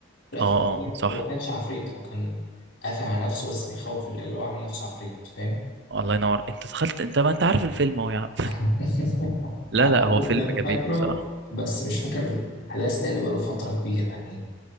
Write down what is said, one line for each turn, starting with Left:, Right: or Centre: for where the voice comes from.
Left: في الآخر
Right: اه
Left: كده
Right: اه صح
Left: هو ما كانش عفريت هو كان قافل على نفسه بس بيخوف العيال وعامل نفسه عفريت فاهم
Right: الله ينور انت دخلت انت ما انت عارف الفيلم اهو يا عم <laughs>
Left: <laughs>
Right: لا
Left: انا
Right: لا هو
Left: كنت
Right: فيلم جميل
Left: فاكره
Right: بصراحة
Left: بس مش فاكر الاحداث لان بقاله فتره كبيره يعني